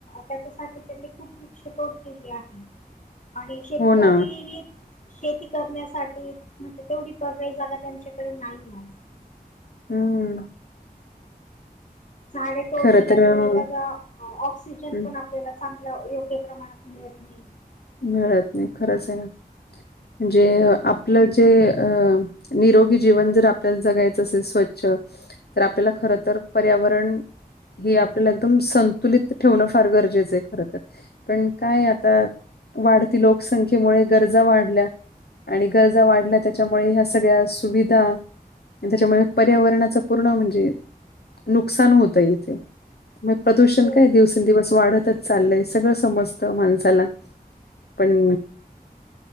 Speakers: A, on the left (about 50°); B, on the left (about 85°).
A: त्याच्यासाठी त्यांनी खूप वृक्षतोड केली आहे आणि शेतकरी
B: हो ना.
A: शेती करण्यासाठी म्हणजे तेवढी परवाई जागा त्यांच्याकडे नाही आज
B: हम्म
A: झाडे तोडल्यामुळे
B: खरं तर अं,
A: बघा- ऑक्सिजन
B: हं,
A: पण आप त्याला चांगला योग्य प्रमाणात मिळत नाही
B: मिळत नाही खरंच आहे ना म्हणजे आपलं जे अ निरोगी जीवन जर आपल्या जगायचं असेल स्वच्छ तर आपल्याला खर तर पर्यावरण हे आपल्याला एकदम संतुलित ठेवणं फार गरजेचं आहे खर तर पण काय आता वाडती लोकसंख्येमुळे गरजा वाडल्या आणि गरजा वाढल्या त्याच्यामुळे ह्या सगळ्या सुविधा आणि त्याच्यामुळे पर्यावरणाच पूर्ण म्हणजे -नुकसान होतय इथे म प्रदूषण
A: बरोबर.
B: काय दिवसेंदिवस वाढतच चाललंय सगळं समजतं माणसाला पण